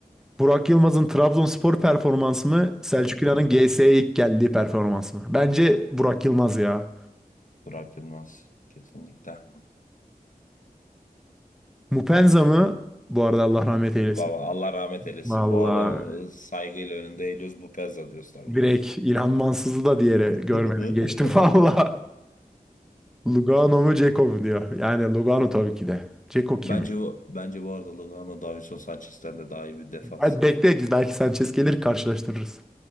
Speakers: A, in the centre; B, on the left.
A: Burak Yılmaz'ın Trabzonspor performansı mı? Selçuk
B: Bu
A: İnan'ın GS'ye ilk geldiği performans mı? Bence Burak Yılmaz ya.
B: Burak Yılmaz kesinlikle.
A: Mupenza mı? Bu arada Allah rahmet eylesin.
B: Baba Allah rahmet eylesin.
A: Vallahi
B: Bu adamı saygıyla önünde eğiliyoruz. Bu Pezza diyoruz tabii
A: direkt
B: ki de.
A: İlhan Mansız'ı da diğeri
B: <laughs>
A: görmedim geçtim <laughs> valla. Lugano mu Ceko mu diyor. Yani Lugano tabii ki de. Ceko kim?
B: Bence
A: ya?
B: bu, bence bu arada Lugano Davinson Sanchez'ten de daha iyi bir defans.
A: Hadi bekle belki Sanchez gelir karşılaştırırız.